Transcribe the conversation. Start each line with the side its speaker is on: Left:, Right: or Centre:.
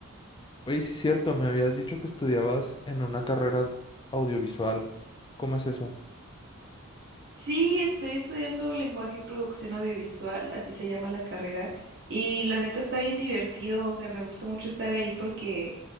Left: Oye, sí es cierto, me habías dicho que estudiabas en una carrera audiovisual. ¿Cómo es eso?
Right: Sí, estoy estudiando lenguaje y producción audiovisual, así se llama la carrera, y la neta está bien divertido. O sea, me gusta mucho estar ahí porque,